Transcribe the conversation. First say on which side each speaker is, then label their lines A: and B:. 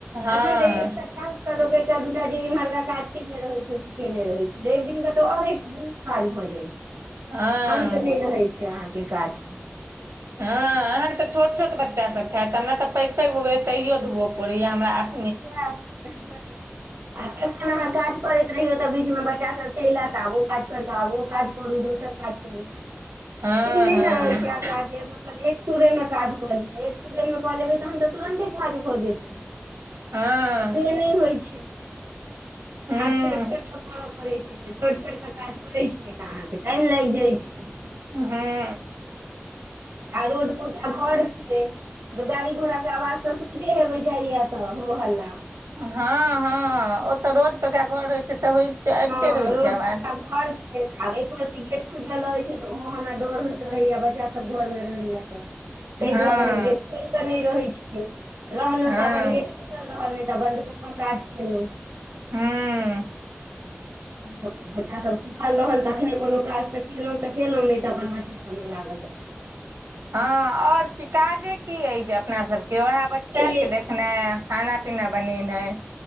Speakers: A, on the right; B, on the right.
A: हँ
B: तखन तऽ एक सप्ताह त लोक एकटा दूटा जे इम्हरका काज केने रहे छै से केने रहे छै रैब दिन के त और एक बहुत काज भऽ जाइ छै
A: हँ
B: अंत न‌इ रहै छै अहाँके काज के
A: हँ अहाँके तऽ छोट छोट बच्चा सब छैथ हमरा तऽ पैघ पैघ भऽ गेलै तैयो धोअ पड़ैया हमरा आब
B: सैह छै। आ तखन अहाँ काज करैत रहियौ तऽ बीचमे बच्चा सब चलि आयत आब ओ काज छोइर करिकऽ आबो काज करू दोसर काज करू
A: हँ
B: ई नहि
A: हँ
B: ने होइ छै हमरा जे मतलब एक सुरे मे काज क लेब एकसुरेमे कऽ लेबै तहन तऽ तुरन्ते काज भऽ जेतै, से
A: हँ
B: नहि होइ छै।
A: हूँ
B: काज छोड़ि -छोड़ि कऽ करय पड़य छै, तऽ छोरई- छोड़ि कऽ काज करैत छियै तऽ, अहाँके टाइम लागि जाइत छै।
A: हूं।
B: आ रोड पुरका घर छै, गाड़ी- घोड़ा के आवाज तऽ सुनिते हेबे जाइया तऽ। हो हला।
A: हँ -हँ ओतऽ रोड परका घर रहै छै तऽ, होइते अबिते
B: हँ
A: रहै
B: रोड
A: छै आवाज।
B: पुरका घर आब एको रत्ती गेट खुजल रहै छै तऽ, ओहो हमरा डर होइत रहैया बच्चा सब घर मे रहय या तऽ। ताहि
A: हँ
B: दुआरे हम गेट खोल कऽ नहि रहैत छियै, रहलहुँ
A: हँ
B: तऽ अपन गेट खुजल रहल, नय त बंद कक काज केलो।
A: हुँ।
B: त बच्चा सब सुतल रहल तऽ, तखने कोनो काज तऽ केलहुँ तऽ केलहुँ, नहि तऽ अपन बच्चे समय लागल त।
A: हँ और की काजे की अछि जे अपनासभके, उएह बच्चाके
B: छैहे
A: देखनाइ,
B: कि छै
A: खाना पीना बनेनाइ।